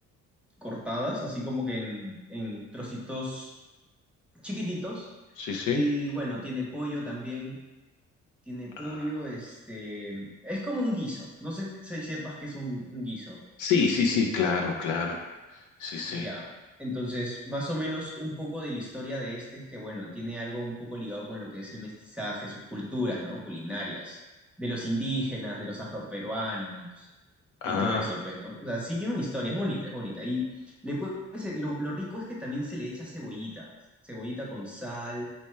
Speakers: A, in the centre; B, on the left (about 80°).
A: cortadas, así como que en, en trocitos chiquititos.
B: Sí, sí.
A: Y bueno, tiene pollo también, tiene pollo,
B: Ah,
A: este, es como un guiso, no sé si sepas que es un, un guiso.
B: Sí, sí, sí, claro, claro. Sí, sí.
A: Ya, entonces, más o menos un poco de la historia de este es que, bueno, tiene algo un poco ligado con lo que es el mestizaje, sus culturas, ¿no? Culinarias, de los indígenas, de los afroperuanos
B: Ah,
A: y todo eso, pues, ¿no? O sea, sí tiene una historia, es bonita, es bonita. Y le puedes- lo, lo rico es que también se le echa cebollita, cebollita con sal,